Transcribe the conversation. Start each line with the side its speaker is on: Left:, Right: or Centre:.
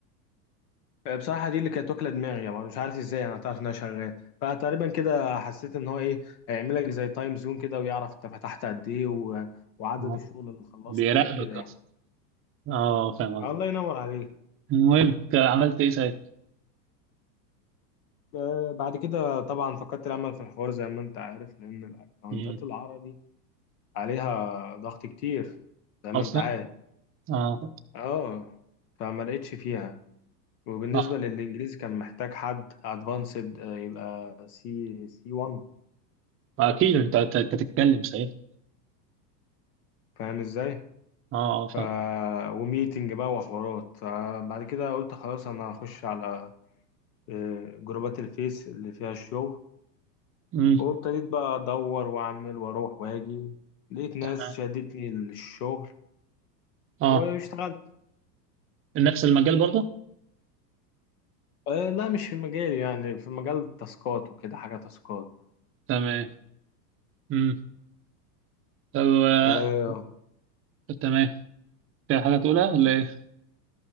Left: آه، بصراحة دي اللي كانت واكلة دماغي يعني مش عارف ازاي انا تعرف ان انا شغال فتقريبا كده حسيت ان هو ايه هيعمل لك زي تايم زون كده ويعرف انت فتحت قد ايه و... وعدد
Right: آه،
Left: الشغل اللي خلصته
Right: بيراقبك
Left: وكده يعني
Right: اصلا اه فاهم قصدي
Left: الله ينور عليك
Right: المهم انت عملت ايه ساعتها
Left: آه، بعد كده طبعا فقدت الامل في الحوار زي ما انت عارف لان الاكونتات
Right: مم.
Left: العربي عليها ضغط كتير زي ما
Right: اصلا
Left: انت عارف
Right: اه
Left: اه فما لقيتش فيها وبالنسبة
Right: اه
Left: للانجليزي كان محتاج حد ادفانسد يبقى سي سي 1
Right: اكيد انت أنت- أنت تتكلم ساعتها
Left: فاهم ازاي
Right: اه اه
Left: ف
Right: فاهم
Left: وميتنج بقى وحوارات فبعد كده قلت خلاص انا هخش على آه، جروبات الفيس اللي فيها الشغل
Right: مم.
Left: وابتديت بقى ادور واعمل واروح واجي لقيت ناس
Right: تمام
Left: شدتني للشغل
Right: اه
Left: واشتغلت
Right: نفس المجال برضه
Left: آه، لا مش في مجالي يعني في مجال التاسكات وكده حاجة تاسكات
Right: تمام مم. طب آه،
Left: اه
Right: تمام في حاجه تقولها ولا ايه